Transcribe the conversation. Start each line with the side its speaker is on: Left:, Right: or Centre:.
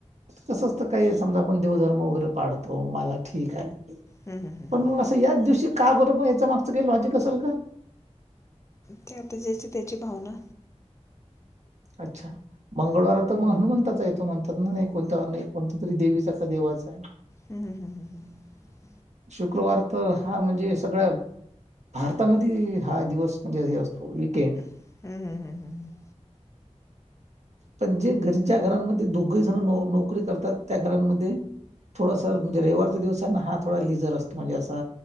Right: तसं असतं काही समजा आपण देवधर्म वगैरे पाडतो. हो मला ठीक आहे
Left: हं, हं, हं,
Right: पण
Left: हं.
Right: मग असं याच दिवशी का ब मग. लॉजिक असेल का.
Left: ते आता ज्याची त्याची भावना.
Right: अच्छा मंगळवार तर मग हनुमंताचा येत. म्हणतात ना नाही कोणता कोणत तरी देवीचा का देवाचा आहे.
Left: हम्म हम् हम्म हम्म ह.
Right: शुक्रवार तर हा म्हणजे सगळ्या. भारतामध्ये हा दिवस म्हणजे हे असतो वकेंड.
Left: हम्म हम्म हम्म हम् ह.
Right: पण जे घरी ज्या घरांमध्ये दोघही जण नोकरी करतात त्या घरांमध्ये. थोडस म्हणजे रविवारच्या दिवसना हा थोडा लिझर असतो म्हणजे असा